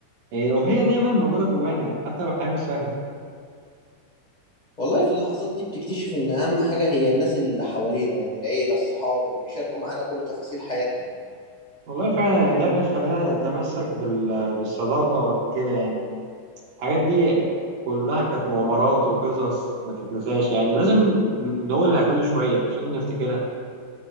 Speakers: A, on the right (about 80°); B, on the left (about 25°).
A: إيه، وهي دايما موجودة جوانا حتى لو الحياة مش سهلة
B: والله في اللحظات دي بتكتشف ان اهم حاجه هي الناس اللي حوالينا يعني العيله الصحاب اللي بيشاركوا معانا كل تفاصيل حياتنا
A: والله فعلا يعني ده بيخلينا نتمسك بال... بالصداقة كده يعني الحاجات دي كلها كانت مغامرات وقصص ما تتنساش يعني لازم ن- نقولها كل شوية عشان نفتكرها